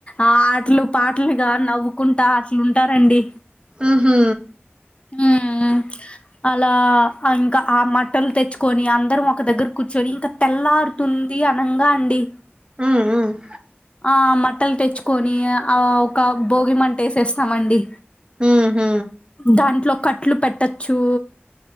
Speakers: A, on the left; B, on the right.
A: ఆ ఆటలు, పాటలు గా నవ్వుకుంటా ఉంటారండి
B: మ్ హు
A: మ్ మ్ హూ అలా ఇంకా ఆ మట్టలు తెచ్చుకొని అందరం ఒక దగ్గర కూర్చొని ఇంకా తెల్లారుతుంది ఆనంగా అండి
B: ఉమ్ ఉమ్
A: ఆ మట్టలు తెచ్చుకొని ఆ ఒక భోగి మంట వేసేస్తామండి.
B: మ్ హు
A: దాంట్లో కట్లు పెట్టచ్చు.